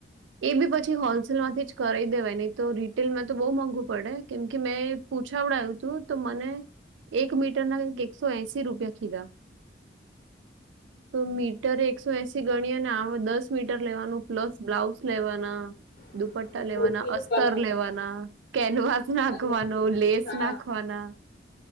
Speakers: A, on the right; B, on the left.
A: એ બી પછી હોલસેલમાંથી જ કરાવ દેવાય નહી તો રીટેલમાં તો બો મોંઘુ પડે કેમ કે મેં પૂછાવડાવું હતું તો મને એક મીટરના એકસો એસી રૂપિયા કીધા તો મીટર એકસો એસી ગણી અને આ દસ મીટર લેવાનું પ્લસ બ્લાઉઝ લેવાના
B: અને
A: દુપટ્ટા લેવાના
B: ઓળખીનું
A: અસ્તર
B: કરવાનું
A: લેવાના કેનવાસ નાખવાનો
B: અને
A: લેસ
B: હા
A: નાખ ખવાના